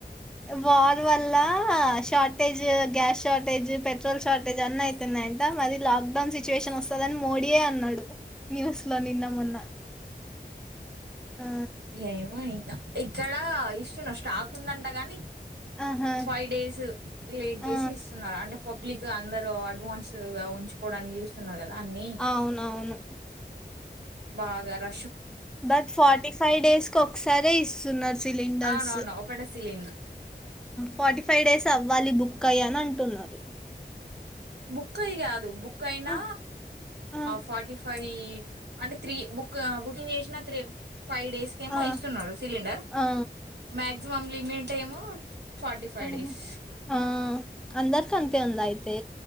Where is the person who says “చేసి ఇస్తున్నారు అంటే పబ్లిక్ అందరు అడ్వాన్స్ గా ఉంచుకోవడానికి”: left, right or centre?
Right